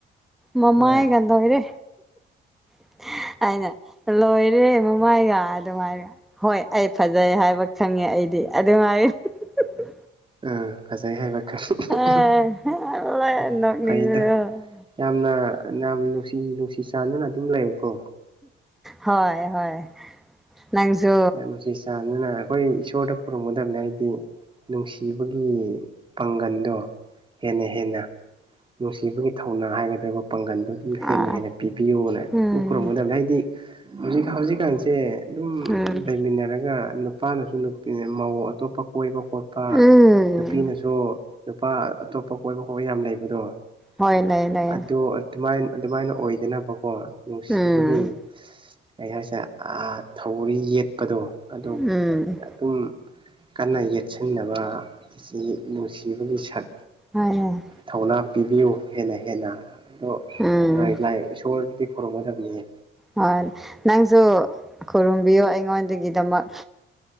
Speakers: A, in the centre; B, on the right.
A: ꯃꯃꯥꯢ
B: ꯍꯣꯏ
A: ꯒ ꯅꯣꯏꯔꯦ <inaudible> ꯑꯩꯅ ꯂꯣꯏ ꯔꯦ.. ꯃꯃꯥꯏꯒ ꯑꯗꯨꯃꯥꯏ ꯍꯣꯏ ꯑꯩ ꯐꯖꯩ ꯍꯥꯏꯕ ꯈꯪꯉꯦ ꯑꯩꯗꯤ ꯑꯗꯨꯃꯥꯏ ꯍꯨ ꯍꯨ ꯍꯛ ꯍꯛ
B: ꯑꯥ ꯐꯖꯩ ꯍꯥꯏꯕ ꯈꯜ ꯎꯍꯨꯝ
A: ꯑꯦ
B: ꯎꯍꯨꯝ
A: ꯂꯣꯏ
B: ꯎꯍꯨꯝ
A: ꯅꯣꯛꯅꯤꯡꯕꯗꯣ
B: ꯐꯩꯗ ꯌꯥꯝꯅ ꯌꯥꯝ ꯅꯨꯡꯁꯤ ꯅꯨꯡꯁꯤ ꯆꯥꯟꯅꯅ ꯑꯗꯨꯝ ꯂꯩꯌꯨꯀꯣ꯫
A: ꯍꯣꯏ ꯍꯣꯏ꯫ ꯅꯪꯁꯨ
B: ꯌꯥꯝ ꯅꯨꯡꯁꯤ ꯆꯥꯟꯅꯅ ꯍꯣꯏ ꯏꯁꯣꯔꯗ ꯄꯨꯔꯝꯃꯗꯝꯅꯦ ꯗꯤ ꯅꯨꯡꯁꯤꯕꯒꯤ ꯄꯥꯡꯒꯟꯗꯣ ꯍꯦꯟꯅ ꯍꯦꯟꯅ ꯅꯨꯡꯁꯤꯕꯒꯤ ꯊꯧꯅꯥ ꯍꯥꯏꯒꯗꯕ ꯄꯥꯡꯒꯟꯗꯣ ꯗꯨꯝ
A: ꯑꯥ
B: ꯍꯦꯟꯅ ꯍꯦꯟꯅ ꯄꯤꯕꯤꯌꯣꯅ
A: ꯎꯝ
B: ꯗꯨꯝ ꯈꯨꯔꯨꯝꯒꯗꯝꯅꯦ ꯍꯥꯏꯗꯤ ꯍꯧꯖꯤꯛ ꯍꯧꯖꯤꯛ ꯀꯥꯟꯁꯦ ꯗꯨꯝ
A: ꯎꯝ
B: ꯂꯩꯃꯤꯟꯅꯔꯒ ꯅꯨꯄꯥꯅꯁꯨ ꯅꯨꯄꯤ ꯃꯧ ꯑꯇꯣꯞꯄ ꯀꯣꯏꯕ ꯑꯣꯠꯄ
A: ꯎꯝ
B: ꯅꯨꯄꯤꯅꯁꯨ ꯅꯨꯄꯥ ꯑꯇꯣꯞꯄ ꯀꯣꯏꯕ ꯍꯣꯢ ꯌꯥꯝ ꯂꯩꯕꯗꯣ
A: ꯍꯣꯏ ꯂꯩ ꯂꯩ
B: ꯑꯗꯣ ꯑꯗꯨꯃꯥꯏ ꯑꯗꯨꯃꯥꯏꯅ ꯑꯣꯏꯗꯅꯕꯀꯣ ꯅꯨꯡꯁꯤꯕꯒꯤ
A: ꯎꯝ
B: ꯀꯩ ꯍꯥꯏꯁꯦ ꯑꯥꯥ ꯊꯧꯔꯤ ꯌꯦꯠ ꯀꯗꯣ ꯑꯗꯨ
A: ꯎꯝ
B: ꯗꯨꯝ ꯀꯟꯅ ꯌꯦꯠꯁꯤꯟꯅꯕ ꯁꯤ ꯅꯨꯡꯁꯤꯕꯒꯤ ꯁꯛ
A: ꯍꯣꯏ
B: ꯊꯧꯅꯥ ꯄꯤꯕꯤꯌꯨ ꯍꯦꯟꯅ ꯍꯦꯟꯅ ꯑꯗꯣ
A: ꯎꯝ
B: ꯂꯥꯏ ꯂꯥꯏ ꯏꯁꯣꯔꯗꯤ ꯈꯨꯔꯨꯝꯒꯗꯕꯤꯌꯦ
A: ꯍꯣꯏ ꯅꯪꯖꯨ ꯈꯨꯔꯨꯝꯕꯤꯌꯣ ꯑꯩꯉꯣꯟꯗꯒꯤꯗꯃꯛ